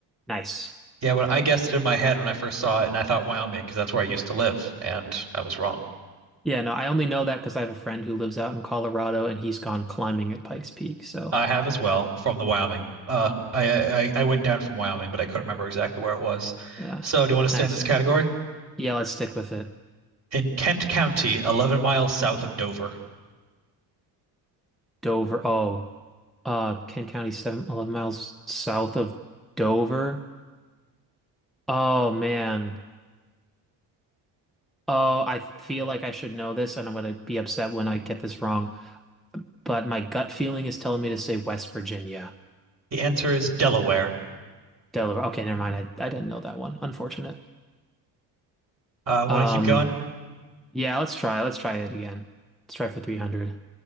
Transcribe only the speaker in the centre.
Nice.
Yeah, no, I only know that because I have a friend who lives out in Colorado and he's gone climbing at Pikes Peak. So
yeah,
nice.
Yeah, let's stick with it.
Dover. Oh, uh, Kent County, seven, eleven miles south of Dover. Oh man. Oh, I feel like I should know this, and I'm gonna be upset when I get this wrong. But my gut feeling is telling me to say West Virginia.
Delaware. Okay, never mind. I, I didn't know that one. Unfortunate.
Um,
yeah, let's try. Let's try it again. Let's try for 300.